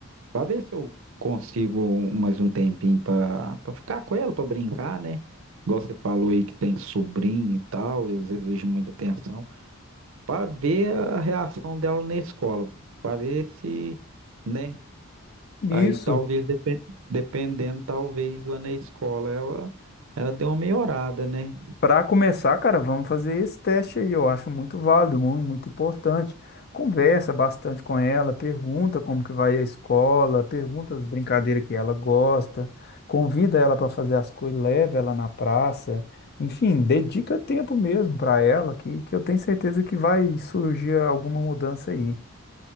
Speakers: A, on the right (about 65°); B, on the left (about 45°).
A: Pra ver se eu consigo um- mais um tempinho pra, pra ficar com ela, pra brincar, né? Igual você falou aí que tem sobrinho e tal, eles exigem muita atenção. Pra ver a reação dela na escola. Pra ver se, né?
B: Isso.
A: Aí talvez, depen- dependendo, talvez lá na escola ela, ela deu uma melhorada, né?
B: Para começar, cara, vamos fazer esse teste aí. Eu acho muito válido, muito, muito importante. Conversa bastante com ela, pergunta como que vai a escola, pergunta as brincadeiras que ela gosta, convida ela para fazer as coisas, leva ela na praça. Enfim, dedica tempo mesmo para ela, que, que eu tenho certeza que vai surgir alguma mudança aí.